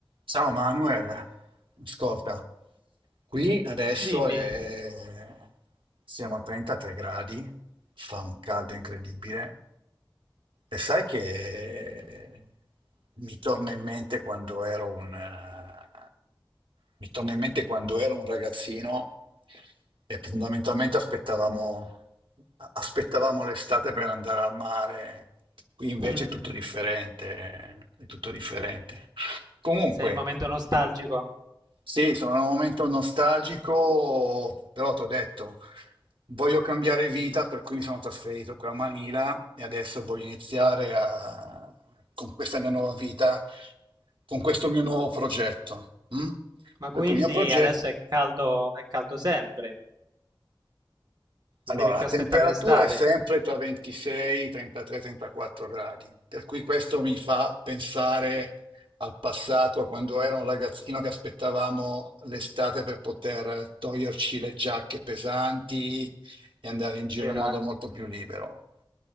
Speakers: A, on the right; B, on the right.
A: Ciao Manuel, ascolta, Qui adesso
B: Dimmi,
A: è- siamo a 33 gradi, fa un caldo incredibile. E sai che mi torna in mente quando ero un, eh, mi torna in mente quando ero un ragazzino e fondamentalmente aspettavamo, aspettavamo l'estate per andare al mare. Qui invece
B: Mm,
A: è tutto differente, è tutto differente. Comunque,
B: sei in momento nostalgico,
A: sì, sono in un momento nostalgico, però ti ho detto, voglio cambiare vita, per cui mi sono trasferito qui a Manila e adesso voglio iniziare a- con questa mia nuova vita, con questo mio nuovo progetto. mm?
B: ma quindi
A: Per cui il mio progetto...
B: adesso è caldo, è caldo sempre, non
A: Allora,
B: devi più
A: la
B: aspettare
A: temperatura
B: l'estate,
A: è sempre tra 26, 33, 34 gradi, per cui questo mi fa pensare al passato, a quando ero un ragazzino che aspettavamo l'estate per poter toglierci le giacche pesanti e andare in giro
B: vero,
A: in modo
B: eh?
A: molto più libero.